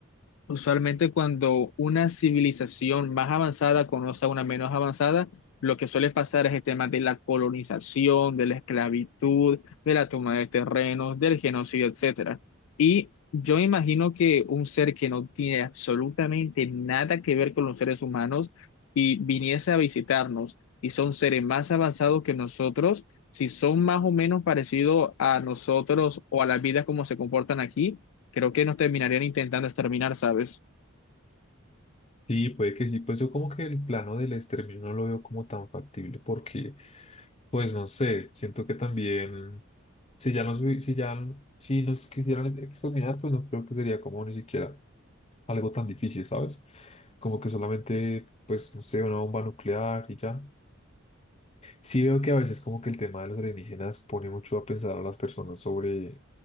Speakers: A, on the left; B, on the left.
A: Usualmente cuando una civilización más avanzada conoce a una menos avanzada, lo que suele pasar es el tema de la colonización, de la esclavitud, de la toma de terrenos, del genocidio, etcétera. Y yo imagino que un ser que no tiene absolutamente nada que ver con los seres humanos y viniese a visitarnos y son seres más avanzados que nosotros, si son más o menos parecidos a nosotros o a la vida como se comportan aquí creo que nos terminarían intentando exterminar, ¿sabes?
B: Sí, puede que sí, pues yo como que el plano del exterminio no lo veo como tan factible porque, pues no sé, siento que también si ya nos, hubi- si ya, si nos quisieran exterminar, pues no creo que sería como ni siquiera algo tan difícil, ¿sabes? Como que solamente, pues, no sé, una bomba nuclear y ya. Sí veo que a veces como que el tema de los alienígenas pone mucho a pensar a las personas sobre,